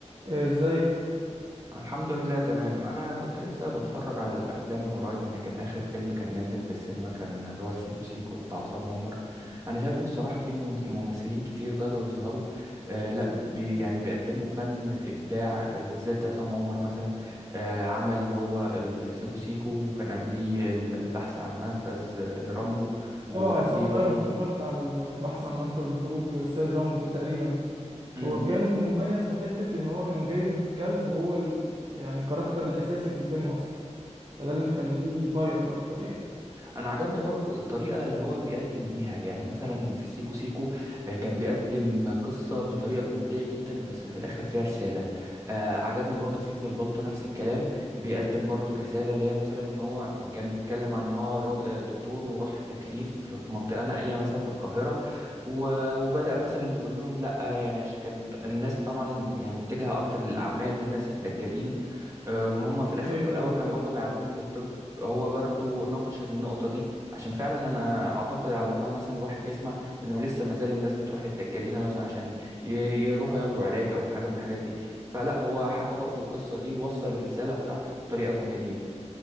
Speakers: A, on the right; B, on the right.
A: آه، ازيك
B: الحمد لله تمام انا كنت لسه بتفرج على الافلام من قريب يعني كان اخر فيلم كان نازل في السينما كان اللي هو سيكو سيكو بتاع عصام عمر انا شايف ان الصراحه في مم- ممثلين كتير بدأوا يظهروا آه لا بي يعني بيقدموا فن بابداع آه، بالذات عصام عمر مثلا آه عمل اللي هو السيكو سيكو وكان قبليه الم- البحث عن منفذ آه، لرامبو وقبليه
A: اه عصام
B: برضه
A: ايوه أنا اتفرجت على ال- البحث عن منفذ لخروج السيد رامبو ده تقريبا
B: امم
A: هو كان مميز في حتة ان هو كان جايب كلب هو ال... يعني الكاركتر الاساسي في الفيلم اصلا فده اللي مخليه فايرال اكتر يعني
B: انا عجبني برضو الطريقه اللي هو بيقدم بيها يعني مثلا في سيكو سيكو آه، كان بيقدم قصه بطريقه كوميديه جدا بس في الاخر فيها رساله آه، عجبني برضو في في البلطو نفس الكلام بيقدم برضو رساله اللي هي مثلا ان هو كان بيتكلم عن ان هو راج- آه، دكتور وراح التكليف في منطقه نائيه مثلا في القاهره و- وبدا مثلا يقول لهم لا يعني عشان كان الناس طبعا يعني متجهه اكتر للاعمال والناس الدجالين آه، ان هم في الاخر
A: ايوه
B: وفي الاول
A: ايوه
B: كان برضو بيعالجوهم بالطب هو برضو ناقش النقطة دي عشان فعلا انا اعتقد على ما مثلا الواحد بيسمع انه لسه ما زال الناس بتروح للدجالين مثلا عشان ي- يروحوا ياخدوا علاج او حاجة من الحاجات دي فلا هو حكى برضو القصة دي وصل الرسالة بتاعته بطريقة كوميدية